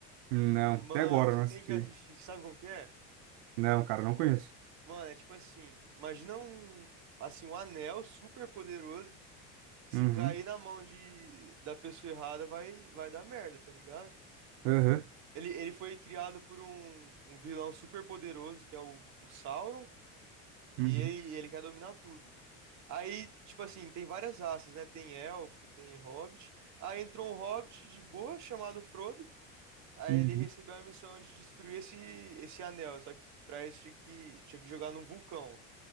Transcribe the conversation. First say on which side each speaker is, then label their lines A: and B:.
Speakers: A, on the right; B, on the right.
A: Não, até
B: Mano,
A: agora
B: você
A: eu não
B: tem
A: assisti.
B: que assistir. Sabe como que é?
A: Não, cara, não conheço.
B: Mano, é tipo assim, imagina um, assim, um anel super poderoso que
A: Uhum.
B: se cair na mão de, da pessoa errada vai, vai dar merda, tá ligado?
A: Aham.
B: Ele, ele foi criado por um, um vilão super poderoso, que é o, o Sauron, e
A: Uhum.
B: ele, ele quer dominar tudo. Aí, tipo assim, tem várias raças, né? Tem elfo, tem hobbit. Aí entrou um hobbit de boa, chamado Frodo. Aí
A: Uhum.
B: ele recebeu a missão de destruir esse, esse anel, só que pra isso tinha que, tinha que jogar num vulcão,